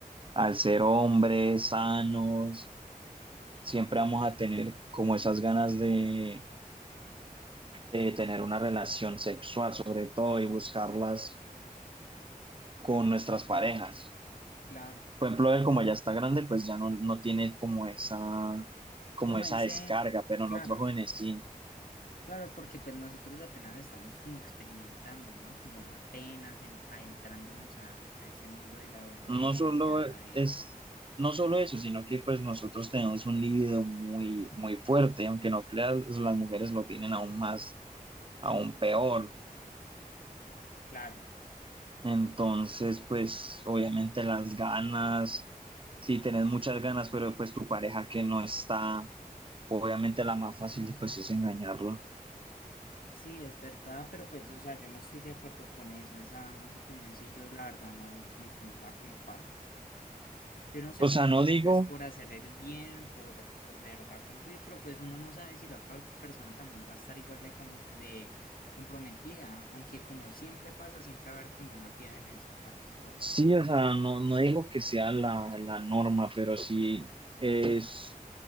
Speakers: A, on the right; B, on the left.
A: al ser hombres sanos, siempre vamos a tener como esas ganas de, de tener una relación sexual, sobre todo, y buscarlas con nuestras parejas.
B: Claro.
A: Por ejemplo, él como ya está grande, pues ya no, no tiene como esa, como
B: Como
A: esa
B: ese,
A: descarga, pero
B: claro,
A: nosotros jóvenes sí.
B: claro, porque pues nosotros apenas estamos como experimentando, ¿no? Como apenas en- adentrándonos a, a ese mundo de la adolescencia,
A: No solo
B: de...
A: es, no solo eso, sino que pues nosotros tenemos un libido muy, muy fuerte, aunque no creas, las mujeres lo tienen aún más, aún peor.
B: Claro.
A: Entonces, pues obviamente las ganas, si tenés muchas ganas, pero pues tu pareja que no está, obviamente la más fácil pues es engañarla.
B: Sí, es verdad, pero pues, o sea, yo no estoy de acuerdo con eso, esa, esa opinión sí, yo la verdad no, como que no la comparto. Si uno se
A: O
B: compromete
A: sea, no digo
B: es por hacer el bien, por, por de verdad cumplir, pero pues uno no sabe si la otra persona también va a estar igual de, com- de comprometida, aunque como siempre pasa, siempre va a haber como una piedra en el zapato, ¿sabes?
A: Sí, o sea, no, no digo que sea la, la norma, pero sí es,